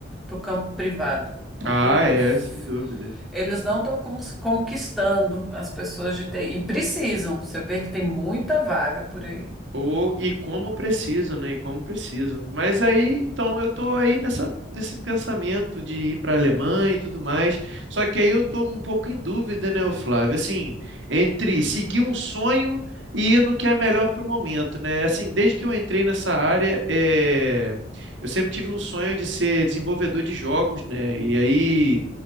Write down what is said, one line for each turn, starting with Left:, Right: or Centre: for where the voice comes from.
Centre: o campo privado. O
Right: Ah,
Centre: público,
Right: é,
Centre: f-
Right: sem dúvida.
Centre: eles não estão conquistando as pessoas de TI. E precisam. Você vê que tem muita vaga por aí.
Right: Ou, e como preciso, né? E como preciso. Mas aí, então, eu tô aí nessa, nesse pensamento de ir para a Alemanha e tudo mais. Só que aí eu tô um pouco em dúvida, né, ô Flávio? Assim, entre seguir um sonho e ir no que é melhor para o momento, né? Assim, desde que eu entrei nessa área, é... eu sempre tive um sonho de ser desenvolvedor de jogos, né? E aí